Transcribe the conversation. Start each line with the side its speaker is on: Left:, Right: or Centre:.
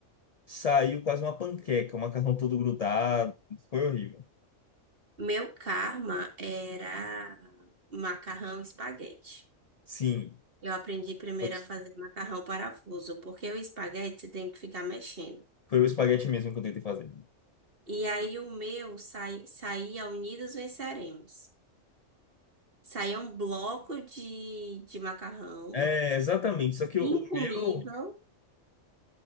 Left: saiu quase uma panqueca, o macarrão todo grudado. Foi horrível.
Right: Meu karma era macarrão e espaguete.
Left: Sim,
Right: Eu aprendi primeiro
Left: foi
Right: a fazer macarrão parafuso, porque o espaguete você tem que ficar mexendo.
Left: foi o espaguete mesmo que eu tentei fazer.
Right: E aí o meu sai, saía unidos venceremos. Saía um bloco de, de macarrão
Left: É, exatamente. Só que
Right: incomível.
Left: o, o meu.